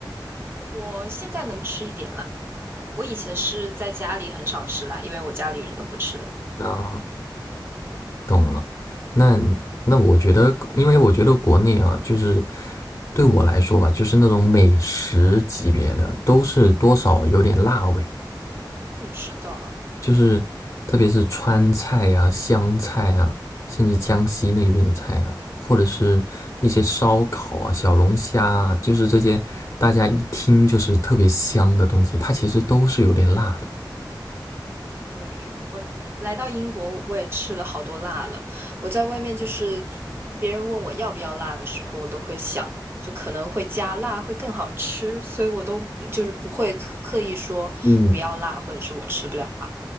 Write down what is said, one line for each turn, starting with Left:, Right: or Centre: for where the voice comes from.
Right: 我现在能吃一点了。我以前是在家里很少吃辣，因为我家里人都不吃辣。
Left: 啊，懂了。那那我觉得，因为我觉得国内啊，就是对我来说吧，就是那种美食级别的，都是多少有点辣味。
Right: 嗯，是的。
Left: 就是特别是川菜啊、湘菜啊，甚至江西那边的菜啊，或者是一些烧烤啊、小龙虾啊，就是这些大家一听就是特别香的东西，它其实都是有点辣的。
Right: 对，我来到英国，我也吃了好多辣了。我在外面就是别人问我要不要辣的时候，我都会想，就可能会加辣会更好吃，所以我都就是不会刻刻意说不要辣，
Left: 嗯。
Right: 或者是我吃不了辣。